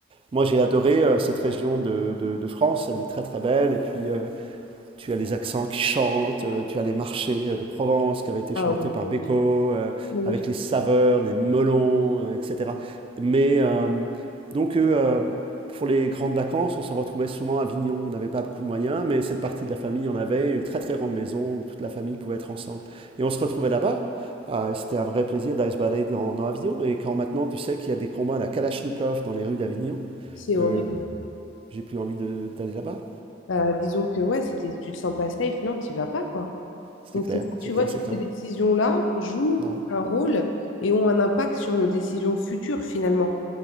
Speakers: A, on the right; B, on the left.
A: Moi, j'ai adoré euh, cette région de, de- de France, elle est très très belle. Et puis, euh, tu as les accents qui chantent, euh, tu as les marchés euh, de Provence qui avaient été
B: Ah
A: chantés
B: oui,
A: par Beko, euh,
B: Magnifique.
A: avec les saveurs, les melons, euh, etc. Mais euh, donc, euh, euh, pour les grandes vacances, on se retrouvait souvent à Avignon. On n'avait pas beaucoup de moyens, mais cette partie de la famille en avait une très très grande maison où toute la famille pouvait être ensemble. Et on se retrouvait là-bas. Ah, et c'était un vrai plaisir d'aller se balader dans, dans Avignon. Et quand maintenant tu sais qu'il y a des combats à la Kalachnikov dans les rues d'Avignon,
B: C'est horrible.
A: euh, j'ai plus envie de- d'aller là-bas.
B: Euh, disons que ouais, si t'es- tu te sens pas safe, non, tu vas pas, quoi.
A: C'est
B: Donc
A: clair,
B: c'est ça,
A: c'est
B: tu
A: clair,
B: vois, toutes
A: c'est clair.
B: ces décisions-là jouent
A: Ouais.
B: un rôle et ont un impact sur nos décisions futures, finalement.